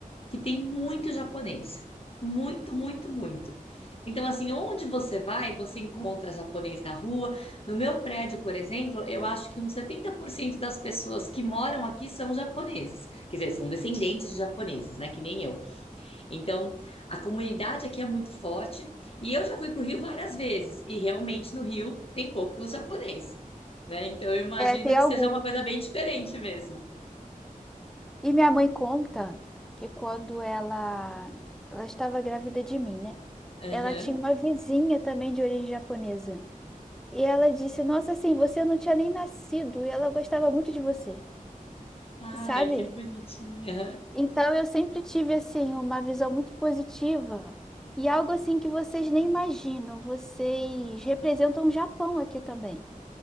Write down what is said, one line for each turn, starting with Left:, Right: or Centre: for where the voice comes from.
Left: que tem muito japonês. Muito, muito, muito. Então, assim, onde você vai, você encontra japonês na rua. No meu prédio, por exemplo, eu acho que uns 70% das pessoas que moram aqui são japoneses. Quer dizer, são descendentes de japoneses, né? Que nem eu. Então, a comunidade aqui é muito forte. E eu já fui para o Rio várias vezes. E realmente no Rio tem poucos japoneses, né? Então, eu imagino
Centre: É, tem
Left: que
Centre: alguns.
Left: seja uma coisa bem diferente mesmo.
Centre: E minha mãe conta que quando ela, ela estava grávida de mim, né?
Left: Aham.
Centre: Ela tinha uma vizinha também de origem japonesa. E ela disse: Nossa, assim, você não tinha nem nascido e ela gostava muito de você,
Left: Ai,
Centre: sabe?
Left: que bonitinha.
Centre: Então eu sempre tive, assim, uma visão muito positiva e algo assim que vocês nem imaginam. Vocês representam o Japão aqui também.